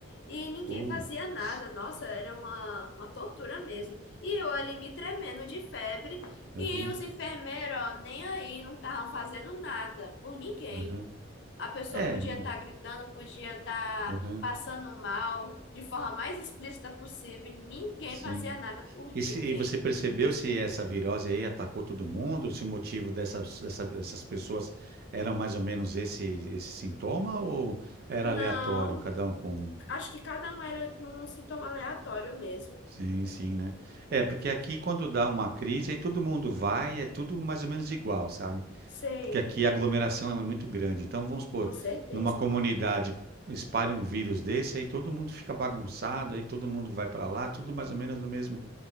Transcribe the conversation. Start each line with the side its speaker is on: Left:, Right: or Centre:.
Left: E ninguém
Right: Putz.
Left: fazia nada, nossa, era uma, uma tortura mesmo. E eu ali me tremendo de febre.
Right: Aham,
Left: E os enfermeiros, ó, nem aí, não estavam fazendo nada por ninguém.
Right: aham.
Left: A pessoa
Right: É,
Left: podia
Right: não-
Left: estar gritando, podia estar
Right: aham,
Left: passando mal, de forma mais explícita possível. e Ninguém
Right: sim.
Left: fazia nada por ninguém.
Right: E se você percebeu se essa virose aí atacou todo mundo, se o motivo dessas, dessa- dessas pessoas eram mais ou menos esse, esse sintoma ou era
Left: Não,
Right: aleatório, cada um com.
Left: Acho que cada um era de um sintoma aleatório mesmo.
Right: Sim, sim, né? É, porque aqui quando dá uma crise, aí todo mundo vai, é tudo mais ou menos igual, sabe?
Left: Sei,
Right: Porque aqui a aglomeração é muito grande. Então, vamos supor,
Left: com certeza.
Right: numa comunidade espalha um vírus desse, aí todo mundo fica bagunçado, aí todo mundo vai para lá, tudo mais ou menos no mesmo